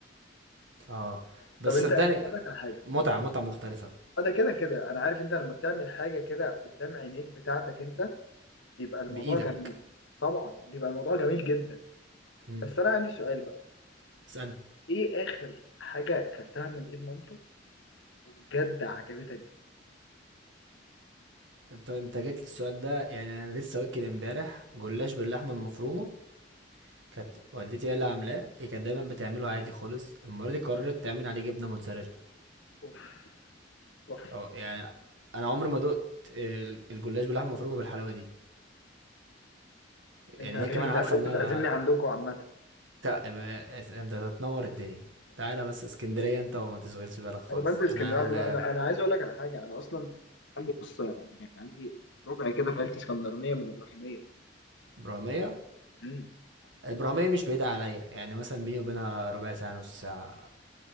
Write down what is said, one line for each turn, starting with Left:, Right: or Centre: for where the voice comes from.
Right: اه بس
Left: طب انت
Right: صدقني
Left: اقول لك على حاجه
Right: متعة متعة مختلفة
Left: اه ده كده كده انا عارف انت لما بتعمل حاجه كده قدام عينيك بتاعتك انت بيبقى الموضوع
Right: بإيدك
Left: جميل طبعا بيبقى الموضوع جميل جدا
Right: مم.
Left: بس انا عندي سؤال بقى
Right: اسألني
Left: ايه اخر حاجه اكلتها من ايد مامتك وبجد عجبتك جدا
Right: انت انت جيت لي السؤال ده يعني انا لسه واكل امبارح جلاش باللحمة المفرومة كانت والدتي هي اللي عاملاه هي كانت دايما بتعمله عادي خالص المرة دي قررت تعمل عليه جبنة موتزاريلا
Left: اوف تحفه
Right: اه يعني انا عمري ما دقت آه، الجلاش باللحمة المفرومة بالحلاوة دي
Left: انت
Right: يعني
Left: لازم
Right: هي كمان عارفة
Left: ده لازم
Right: ان انا
Left: تعزمني عندكم عامه
Right: تا يبقى اس- انت هتنور الدنيا تعالى بس اسكندرية انت وما تشغلش بالك خالص
Left: انا بنزل
Right: احنا
Left: اسكندريه على
Right: اهل
Left: طول انا انا عايز اقول لك على حاجه انا اصلا عندي بص يعني عندي ربع كده في عيلتي اسكندرانيه من الابراهيميه
Right: ابراهيمية
Left: امم
Right: ابراهيمية مش بعيدة عليا يعني مثلا بيني وبينها ربع ساعة نص ساعة